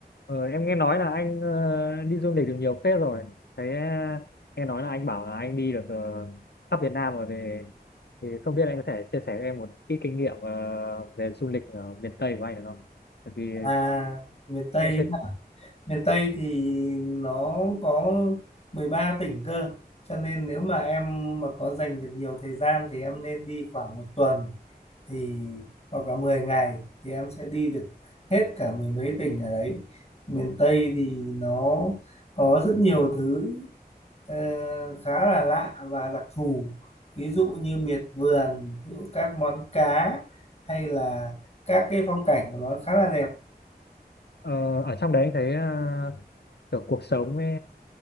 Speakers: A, on the left (about 80°); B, on the left (about 40°).
A: Ờ, em nghe nói là anh ờ, đi du lịch được nhiều phết rồi. Thế ờ, nghe nói là anh bảo là anh đi được ờ, khắp Việt Nam rồi thì thì không biết anh có thể chia sẻ cho em một ít kinh nghiệm ờ, về du lịch ở miền Tây của anh được không? Tại vì
B: À, miền Tây
A: em sẽ
B: miền Tây thì nó có 13 tỉnh cơ cho nên nếu mà em mà có dành được nhiều thời gian thì em nên đi khoảng một tuần thì hoặc là 10 ngày thì em sẽ đi được hết cả mười mấy tỉnh ở đấy miền Tây thì nó có rất nhiều thứ ờ, khá là lạ và đặc thù ví dụ như miệt vườn ví dụ các món cá hay là các cái phong cảnh của nó khá là đẹp
A: ờ, ở trong đấy anh thấy ờ, kiểu cuộc sống với